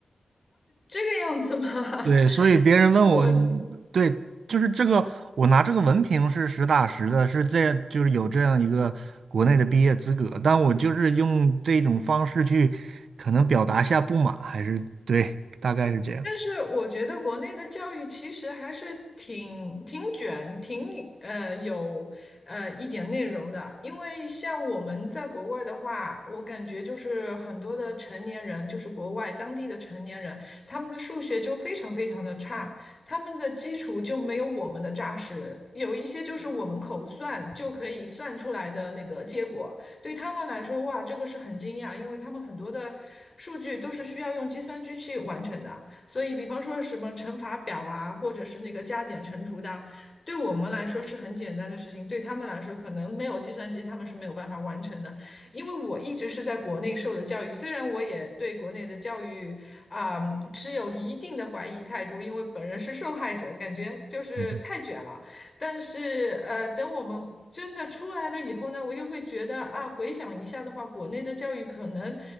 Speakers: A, on the left (about 35°); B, on the right (about 85°).
A: 这个样子吗？
B: 对，所以别人问我，
A: <laughs> 我。
B: 嗯对，就是这个，我拿这个文凭是实打实的，是这样，就是有这样一个国内的毕业资格，但我就是用这种方式去，可能表达下不满，还是对，大概是这样。
A: 但是我觉得国内的教育其实还是挺挺卷、挺呃有呃一点内容的，因为像我们在国外的话，我感觉就是很多的成年人，就是国外当地的成年人，他们的数学就非常非常的差，他们的基础就没有我们的扎实，有一些就是我们口算就可以算出来的那个结果，对他们来说，哇，这个是很惊讶，因为他们很多的数据都是需要用计算机去完成的。所以，比方说什么乘法表啊，或者是那个加减乘除的啊对我们来说是很简单的事情，对他们来说可能没有计算机，他们是没有办法完成的。因为我一直是在国内受的教育，虽然我也对国内的教育啊，持有一定的怀疑态度，因为本人是受害者，感觉就是太卷了。
B: 嗯
A: 但是呃，等我们真的出来了以后呢，我又会觉得啊，回想一下的话，国内的教育可能